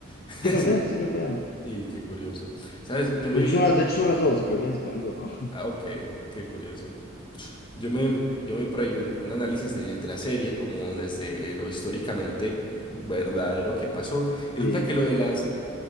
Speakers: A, on the left (about 25°); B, on the left (about 50°).
A: <laughs>
B: Se
A: Eso.
B: calvean, sí se calvean.
A: Sí, qué curioso. ¿Sabes? Yo me
B: De hecho,
A: vi.
B: son las, de hecho son las dos, se calvean y se ponen gorro.
A: Ah, ok, qué curioso. Yo me, yo me vi por ahí un, un análisis de, de la serie, como desde lo históricamente verdadero que pasó. Y
B: Sí,
A: resulta que lo de las,